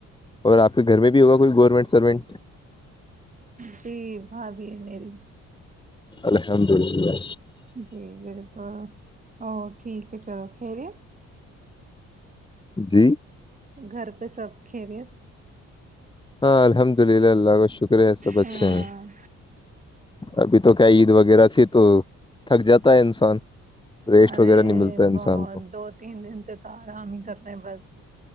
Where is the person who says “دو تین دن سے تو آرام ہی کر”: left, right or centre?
Right